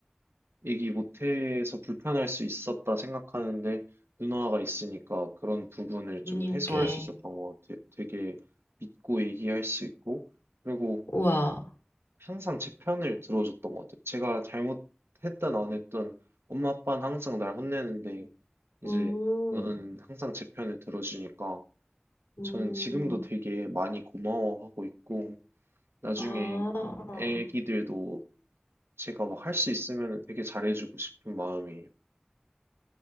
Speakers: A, on the right (about 80°); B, on the left (about 80°).
A: 얘기 못해서 불편할 수 있었다 생각하는데 누나가 있으니까 그런 부분을 좀
B: 누님께.
A: 해소할 수 있었던 것 같아요. 되게 믿고 얘기할 수 있고 그리고
B: 우와.
A: 항상 제 편을 들어줬던 것 같아요. 제가 잘못했든 안 했든 엄마 아빠는 항상 날 혼내는데 이제
B: 음,
A: 너는 항상 제 편을 들어주니까
B: 음,
A: 저는 지금도 되게 많이 고마워하고 있고 나중에
B: 아.
A: 애기들도 제가 막 할 수 있으면 되게 잘해주고 싶은 마음이에요.